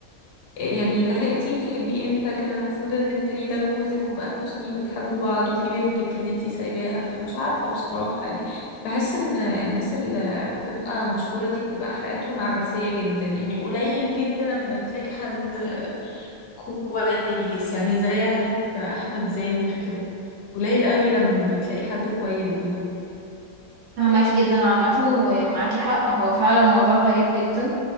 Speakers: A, on the left (about 80°); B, on the right (about 65°).
A: يعني لحقتي تحبيه امتى كان المفروض ان التاني ده جوزك وبقالكوا سنين بتحبوا بعض وفي بنتك اللي انتي سايباها فمش عارفة بصراحة يعني بحس ان الناس اللي بتبقى مشهورة دي بتبقى حياتهم عبثية جدا يعني قليل جدا لما تلاقي حد كويس يعني زي عيلة احمد زاهر كده قليل قوي لما بتلاقي حد كويس بجد
B: فهماكي جدا عامة ومعاكي حق هو فعلا موضوع غريب جدا